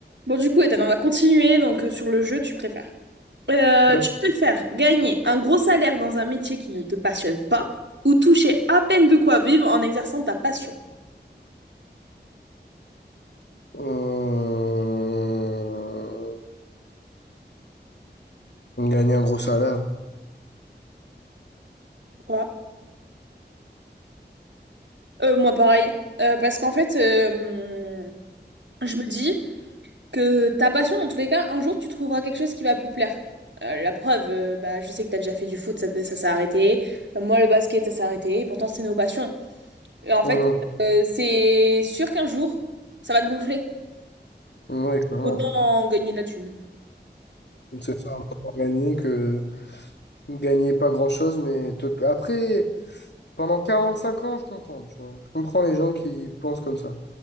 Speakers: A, on the right; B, on the left.
A: Bon, du coup, Ethan, on va continuer donc euh, sur le jeu, tu préfères. Euh,
B: D'accord.
A: tu préfères gagner un gros salaire dans un métier qui ne te passionne pas ou toucher à peine de quoi vivre en exerçant ta passion.
B: Euh, Gagner un gros salaire.
A: Quoi? Euh, moi, pareil. Euh, parce qu'en fait, euh, je me dis que ta passion, dans tous les cas, un jour, tu trouveras quelque chose qui va plus te plaire. Euh, la preuve, euh, bah, je sais que t'as déjà fait du foot, ça, ça s'est arrêté. Euh, Moi, le basket, ça s'est arrêté. Et pourtant, c'est nos passions. Et en
B: Mhm.
A: fait, euh, c'est sûr qu'un jour, ça va te gonfler.
B: Oui, clairement.
A: Autant gagner de la thune.
B: C'est ça, autant gagner que gagner pas grand-chose, mais te- après, pendant 45 ans, je comprends, tu vois. Je comprends les gens qui pensent comme ça.